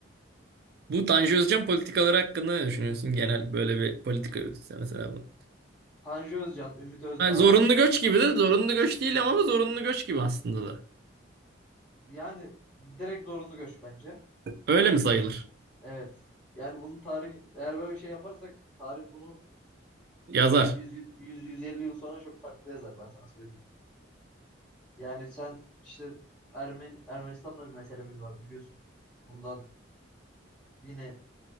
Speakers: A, on the right; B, in the centre.
A: Bu Tanju Özcan politikaları hakkında ne düşünüyorsun? Genel böyle bir politika yürütülse mesela bu.
B: Tanju Özcan, Ümit Özdağ
A: Hani zorunlu göç gibi de zorunlu göç değil ama zorunlu göç gibi aslında da.
B: yani direkt zorunlu göç bence.
A: Öyle mi sayılır?
B: Evet. Yani bunu tarih eğer böyle bir şey yaparsak tarih bunu
A: Yazar.
B: 100, 100, 150 yıl sonra çok farklı yazar ben sana söyleyeyim. Yani sen işte Ermen, Ermenistan'da bir meselemiz var biliyorsun. Bundan yine